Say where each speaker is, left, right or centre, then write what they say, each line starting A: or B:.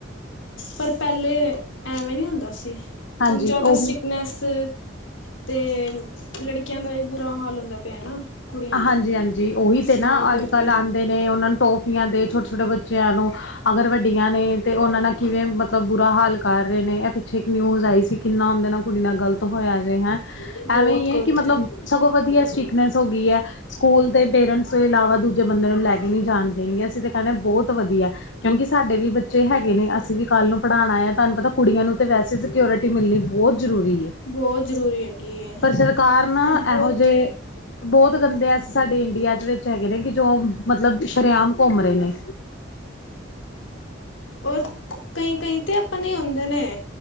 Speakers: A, on the left; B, on the left.
A: ਪਰ ਪੈਲੇ, ਐਵੇਂ ਨੀ ਹੁੰਦਾ ਸੀ।
B: ਹਾਂਜੀ
A: ਹੁਣ ਜੈਦਾ
B: ਉਹ
A: ਸਟ੍ਰਿਕਨੈਸ ਤੇ ਲੜਕੀਆਂ ਦਾ ਵੀ ਬੁਰਾ ਹਾਲ ਹੁੰਦਾ ਪਿਐ ਨਾ। ਕੁੜੀਆਂ ਦਾ
B: ਹਾਂਜੀ-ਹਾਂਜੀ, ਓਹੀ ਤੇ ਨਾ,
A: ਤਾਂ ਕਰਕੇ
B: ਅੱਜ-ਕੱਲ੍ਹ ਆਂਦੇ ਨੇ ਓਹਨਾਂ ਨੂੰ ਟੋਫੀਆਂ ਦੇ ਛੋਟੇ-ਛੋਟੇ ਬੱਚਿਆਂ ਨੂੰ ਅਗਰ ਵੱਡੀਆਂ ਨੇ ਤੇ ਓਹਨਾਂ ਨਾਲ ਕਿਵੇਂ ਮਤਲਬ ਬੁਰਾ ਹਾਲ ਕਰ ਰੇ ਨੇ, ਐਹ ਪਿੱਛੇ ਇੱਕ ਨਿਊਜ਼ ਆਈ ਸੀ। ਕਿੰਨਾ ਆਂਦੈ ਨਾ, ਕੁੜੀ ਨਾਲ ਗਲਤ ਹੋਇਆ ਜੇ, ਹੈਂ।
A: ਬਹੁਤ
B: ਐਵੇਂ ਈ ਏ,
A: ਗ਼ਲਤ
B: ਕਿ ਮਤਲਬ ਸਗੋਂ ਵਧੀਐ ਸਟੀਕਨੈਸ ਹੋ ਗੀ ਐ। ਸਕੂਲ ਤੇ ਪੇਰੈਂਟਸ ਤੋਂ ਇਲਾਵਾ ਦੂਜੇ ਬੰਦੇ ਨੂੰ ਲੈ ਕੇ ਨੀ ਜਾਣ ਦੇਣਗੇ, ਅਸੀਂ ਤੇ ਕੈਣੇ ਆ ਬੌਤ ਵਧੀਐ। ਕਿਉਂਕਿ ਸਾਡੇ ਵੀ ਬੱਚੇ ਹੈਗੇ ਨੇ। ਅਸੀਂ ਵੀ ਕੱਲ੍ਹ ਨੂੰ ਪੜ੍ਹਾਣਾ ਆ, ਤੁਆਨੂੰ ਪਤਾ ਕੁੜੀਆਂ ਨੂੰ ਤੇ ਵੈਸੇ ਸ ਕਿਓਰਿਟੀ ਮਿਲਣੀ ਬੌਤ ਜ਼ਰੂਰੀ ਏ।
A: ਬਹੁਤ ਜ਼ਰੂਰੀ ਹੈਗੀ ਹੈ
B: ਪਰ ਸਰਕਾਰ ਨਾ,
A: ਤੇ ਬਹੁਤ
B: ਐਹੋ ਜੇ ਬੌਤ ਗੰਦੇ ਐਸੇ ਸਾਡੇ ਇੰਡੀਆ ਚ ਵੇਚ ਹੈਗੇ ਨੇ, ਕਿ ਜੋ ਮਤਲਬ ਸ਼ਰੇਆਮ ਘੁੰਮ ਰੇ ਨੇ।
A: ਔਰ, ਕਈ-ਕਈ ਤੇ ਅਪਣੇ ਈ ਹੁੰਦੇ ਨੇ।